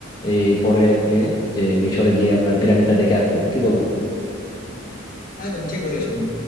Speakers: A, on the left (about 25°); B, on the left (about 45°).
A: এই পরে নিয়ে যে মিশরে গিয়ে আমরা পিরামিডটা দেখে আসবো না কি বলো
B: একদম ঠিক বলেছো তুমি।